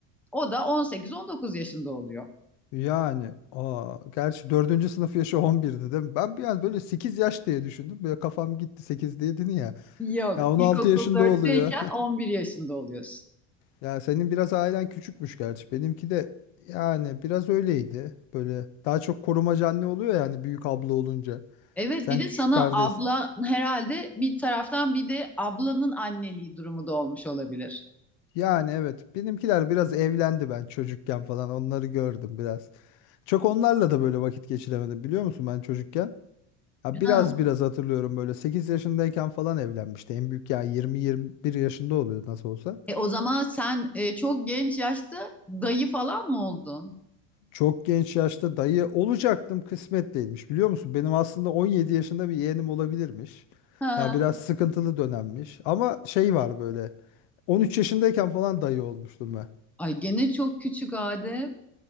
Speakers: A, in the centre; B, on the left.
A: o da 18-19 yaşında oluyor.
B: yani aa, gerçi dördüncü sınıf yaşı 11'di değil mi? Ben bir an böyle 8 yaş diye düşündüm. Böyle kafam gitti 8 diye dedin ya.
A: Yok.
B: Ya 16
A: İlkokul
B: yaşında
A: 4'teyken
B: oluyor.
A: 11 yaşında oluyorsun.
B: Ya senin biraz ailen küçükmüş gerçi. Benimki de yani biraz öyleydi. Böyle daha çok korumacı anne oluyor yani büyük abla olunca.
A: Evet
B: Sen
A: bir
B: küçük
A: de sana
B: kardeş.
A: abla herhalde bir taraftan bir de ablanın anneliği durumu da olmuş olabilir.
B: Yani evet benimkiler biraz evlendi ben çocukken falan onları gördüm biraz. Çok onlarla da böyle vakit geçiremedim biliyor musun ben çocukken? Ha, biraz
A: Ha.
B: biraz hatırlıyorum böyle 8 yaşındayken falan evlenmişti. En büyük ya yirmi yirmi bir yaşında oluyor nasıl olsa.
A: E, o zaman sen e, çok genç yaşta dayı falan mı oldun?
B: Çok genç yaşta dayı olacaktım kısmet değilmiş biliyor musun? Benim aslında 17 yaşında bir yeğenim olabilirmiş.
A: Ha.
B: Ya biraz sıkıntılı dönemmiş ama şey var böyle 13 yaşındayken falan dayı olmuştum ben.
A: Ay gene çok küçük Adem.